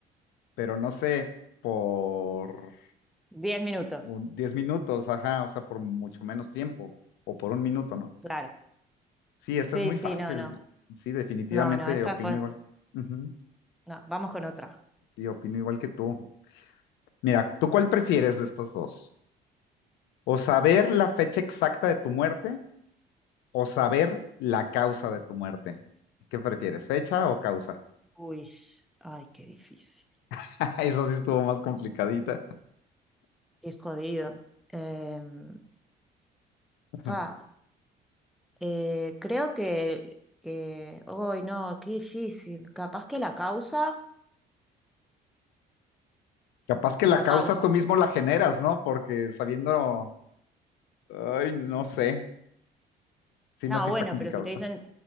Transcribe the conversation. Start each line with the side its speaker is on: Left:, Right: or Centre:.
Left: pero no sé, por
Centre: Diez minutos.
Left: un- 10 minutos, ajá, o sea, por mucho menos tiempo, o por un minuto, ¿no?
Centre: Claro.
Left: Sí, esta
Centre: Sí,
Left: es muy
Centre: sí,
Left: fácil.
Centre: no, no.
Left: Sí, definitivamente
Centre: No, no, esta
Left: opino
Centre: fue.
Left: igual. Ujú.
Centre: No, vamos con otra.
Left: Sí, opino igual que tú. Mira, ¿tú cuál prefieres de estos dos? ¿O saber la fecha exacta de tu muerte o saber la causa de tu muerte? ¿Qué prefieres, fecha o causa?
Centre: Uy, ay, qué difícil.
Left: <laughs> Eso sí estuvo más complicadita.
Centre: Qué jodido. Em,
Left: <laughs>
Centre: fa, eh, creo que, que, hoy no, qué difícil. Capaz que la causa,
Left: Capaz que la
Centre: la
Left: causa
Centre: causa.
Left: tú mismo la generas, ¿no? Porque sabiendo, ay, no sé. Sí,
Centre: No,
Left: no, sí
Centre: bueno,
Left: está complicado.
Centre: pero si te dicen